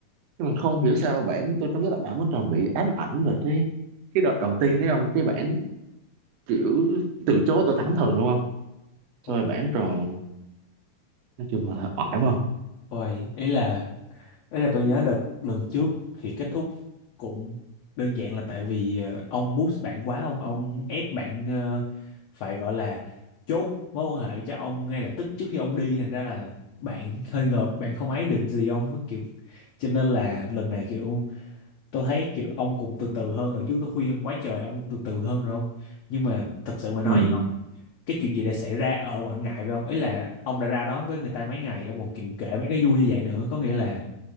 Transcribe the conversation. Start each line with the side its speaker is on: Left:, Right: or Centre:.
Right: nhưng mà không hiểu sao bạn tôi cảm giác là bạn vẫn còn bị ám ảnh về cái cái đợt đầu tiên đấy không cái bạn kiểu từ chối tôi thẳng thừng đúng không
Left: Ôi,
Right: rồi bạn tròn nói chung là oải quá không
Left: ôi, ý là ý là tôi nhớ đợt lần trước thì kết thúc cũng đơn giản là tại vì ờ, ông push bạn quá ông ông ép bạn ờ, phải gọi là chốt mối quan hệ cho ông ngay lập tức trước khi ông đi thành ra là bạn hơi ngợp bạn không ấy được gì ông với kiểu cho nên là lần này kiểu tôi thấy kiểu ông cũng từ từ hơn lần trước tôi khuyên ông quá trời ông cũng từ từ hơn rồi không nhưng mà thật sự mà nói
Right: ừ.
Left: với ông cái chuyện gì đã xảy ra ở Quảng Ngãi với ông ý là ông đã ra đó với người ta mấy ngày ông còn kiểu kể mấy cái vui như vậy nữa có nghĩa là